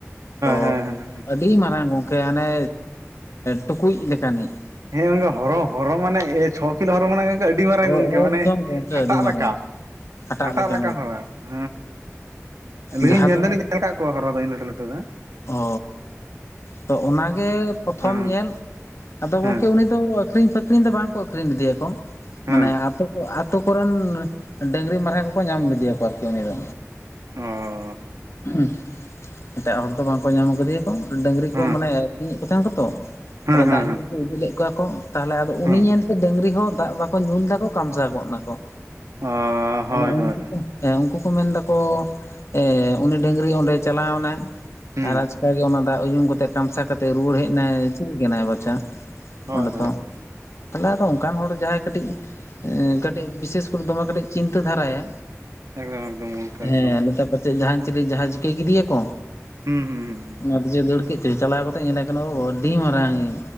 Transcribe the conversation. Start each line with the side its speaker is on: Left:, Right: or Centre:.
Left: ᱛᱚ
Right: ᱦᱳᱭ ᱦᱳᱭ
Left: ᱟᱹᱰᱤ ᱢᱟᱨᱟᱝ ᱜᱚᱝ ᱦᱟᱱᱮ ᱴᱩᱠᱩᱡ ᱞᱮᱠᱟᱱᱤᱡ᱾
Right: ᱦᱮᱸ ᱚᱱᱤᱫᱚ ᱦᱚᱨᱚ, ᱦᱚᱨᱚ ᱢᱟᱱᱮ ᱮᱨ ᱪᱷᱚ ᱠᱤᱞᱳ ᱦᱚᱨᱚ ᱢᱟᱱᱮ ᱜᱚᱢᱠᱮ ᱟᱹᱰᱤ ᱢᱟᱨᱟᱝ
Left: ᱚ
Right: ᱜᱚᱢᱠᱮ ᱢᱟᱱᱮ
Left: ᱮᱠᱫᱚᱢ ᱜᱚᱝᱠᱮ
Right: ᱦᱟᱴᱟᱜ
Left: ᱟᱹᱰᱤ ᱢᱟᱨᱟᱝ
Right: ᱞᱮᱠᱟ᱾ ᱦᱟᱴᱟᱜ
Left: ᱞᱮᱠᱟᱱ
Right: ᱞᱮᱠᱟ
Left: ᱮᱠᱫᱚᱢ
Right: ᱦᱚᱨᱚ ᱦᱮᱸ᱾ ᱟᱹᱞᱤᱧ
Left: ᱡᱟᱦᱟᱸ
Right: ᱞᱤᱧ ᱧᱮᱞ
Left: ᱫᱚ
Right: ᱫᱚᱞᱤᱧ ᱧᱮᱞ ᱟᱠᱟᱫ ᱠᱚᱣᱟ ᱦᱚᱨᱚ ᱫᱚ ᱤᱱ ᱞᱟᱹᱴᱩ ᱞᱟᱹᱴᱩ ᱫᱚ᱾
Left: ᱚ ᱛᱚ ᱚᱱᱟ ᱜᱮ ᱯᱨᱚᱛᱷᱚᱢ
Right: ᱦᱮᱸ
Left: ᱧᱮᱞ᱾ ᱟᱫᱚ
Right: ᱦᱮᱸ
Left: ᱜᱚᱝᱠᱮ ᱩᱱᱤ ᱫᱚ ᱟᱹᱠᱷᱨᱤᱧ ᱯᱟᱠᱷᱨᱤᱧ ᱫᱚ ᱵᱟᱝ ᱠᱚ ᱟᱹᱠᱷᱨᱤᱧ ᱞᱮᱫᱮᱭᱟ ᱠᱚ᱾
Right: ᱦᱮᱸ
Left: ᱢᱟᱱᱮ ᱟᱛᱳ ᱠᱚᱨᱮᱱ ᱰᱟᱹᱝᱨᱤ ᱢᱟᱨᱦᱟ ᱠᱚᱠᱚ ᱧᱟᱢ ᱞᱮᱫᱮᱭᱟ ᱠᱚ ᱟᱨᱠᱤ ᱩᱱᱤᱫᱚ᱾
Right: ᱚᱻ
Left: ᱦᱩᱸ᱾ ᱮᱴᱟᱜ ᱦᱚᱲ ᱫᱚ ᱵᱟᱝ ᱠᱚ ᱧᱟᱢ ᱠᱟᱫᱮᱭᱟ ᱠᱚ ᱰᱟᱹᱝᱨᱤ
Right: ᱦᱩᱸ
Left: ᱠᱚ ᱢᱟᱱᱮ ᱟᱛᱤᱧ ᱮᱫ ᱠᱚ ᱛᱟᱦᱮᱱᱟ ᱠᱚ ᱛᱚ᱾
Right: ᱦᱩᱸ
Left: ᱫᱟᱜ
Right: ᱦᱩᱸ ᱦᱩᱸ
Left: ᱧᱩ ᱠᱚ ᱤᱫᱤ ᱞᱮᱫ ᱠᱚᱣᱟ ᱠᱚ ᱛᱟᱦᱚᱞᱮ ᱟᱫᱚ ᱩᱱᱤ
Right: ᱦᱩᱸ
Left: ᱧᱮᱞᱛᱮ ᱰᱟᱹᱝᱨᱤ ᱦᱚᱸ ᱫᱟᱜ ᱵᱟᱠᱚ ᱠᱚ ᱧᱩ ᱞᱮᱫᱟᱠᱚ ᱠᱟᱢᱥᱟᱣ ᱜᱚᱫ ᱱᱟᱠᱚ᱾
Right: ᱚ ᱦᱳᱭ
Left: ᱛᱟᱦᱚᱞᱮ ᱩᱱᱠᱩ
Right: ᱦᱳᱭ ᱦᱳᱭ
Left: ᱠᱚ ᱩᱱᱠᱩ ᱠᱚ ᱢᱮᱱ ᱫᱟᱠᱚ ᱮᱻ ᱩᱱᱤ ᱰᱟᱹᱝᱨᱤ ᱚᱸᱰᱮ ᱪᱟᱞᱟᱣ ᱮᱱᱟᱭ
Right: ᱦᱩᱸ
Left: ᱟᱨ ᱟᱪᱠᱟ ᱚᱱᱠᱟᱜᱮ ᱚᱱᱟ ᱫᱟᱜ ᱩᱭᱩᱢ ᱠᱟᱛᱮᱜ ᱠᱟᱢᱥᱟ ᱠᱟᱛᱮ ᱨᱩᱣᱟᱹᱲ ᱦᱮᱡ ᱱᱟᱭ ᱪᱤᱞᱤ ᱠᱟᱱᱟᱭ ᱵᱟᱪᱷᱟ?
Right: ᱦᱳᱭ
Left: ᱚᱸᱰᱮ ᱫᱚ
Right: ᱦᱳᱭ ᱦᱳᱭ
Left: ᱛᱟᱦᱚᱞᱮ ᱟᱫᱚ ᱚᱱᱠᱟᱱ ᱦᱚᱲ ᱡᱟᱦᱟᱸᱭ ᱠᱟᱹᱴᱤᱡ, ᱠᱟᱹᱴᱤᱡ ᱵᱤᱥᱮᱥ ᱠᱚᱨᱮ ᱫᱚᱢᱮ ᱠᱟᱹᱴᱤᱡ ᱪᱤᱱᱛᱟᱹ ᱫᱷᱟᱨᱟᱭᱟ᱾
Right: ᱮᱠᱫᱚᱢ ᱮᱠᱫᱚᱢ ᱜᱚᱝᱠᱮ
Left: ᱦᱮᱸ
Right: ᱮᱠᱫᱚᱢ
Left: ᱱᱮᱛᱟ ᱯᱟᱪᱮᱫ ᱡᱟᱦᱟᱸᱱ ᱪᱤᱞᱤ ᱡᱟᱦᱟᱸ ᱪᱤᱠᱟᱹ ᱠᱮᱫᱮᱭᱟᱠᱚ᱾
Right: ᱦᱩᱸ ᱦᱩᱸ᱾ ᱦᱩᱸ
Left: ᱚᱱᱟ ᱫᱮᱪᱚᱭ ᱫᱟᱹᱲ ᱠᱮᱫ ᱪᱚᱭ ᱪᱟᱞᱟᱣ ᱠᱟᱛᱮᱜ ᱧᱮᱞᱮ ᱠᱟᱱᱟ ᱚᱻ ᱟᱹᱰᱤ ᱢᱟᱨᱟᱝ ᱤᱡ